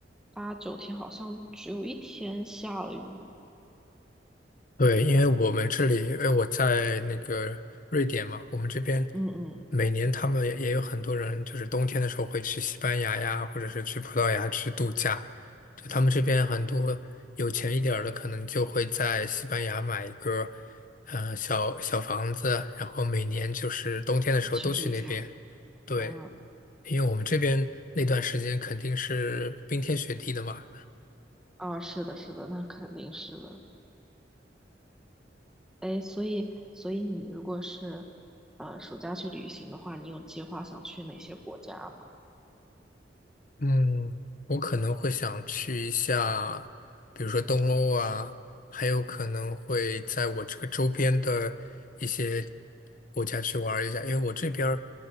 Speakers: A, in the centre; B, on the left (about 50°).
A: 八九天好像只有一天下了雨。
B: 对，因为我们这里，因为我在那个瑞典嘛，我们这边
A: 嗯嗯，
B: 每年他们也也有很多人，就是冬天的时候会去西班牙呀，或者是去葡萄牙去度假。就他们这边很多有钱一点儿的，可能就会在西班牙买一个，呃，小小房子，然后每年就是冬天的时候都去那边。
A: 嗯去度假。
B: 对，
A: 嗯
B: 因为我们这边那段时间肯定是冰天雪地的嘛。
A: 啊，是的，是的，那肯定是的。哎，所以所以你如果是呃暑假去旅行的话，你有计划想去哪些国家吗？
B: 嗯，我可能会想去一下，比如说东欧啊，还有可能会在我这个周边的一些国家去玩儿一下，因为我这边儿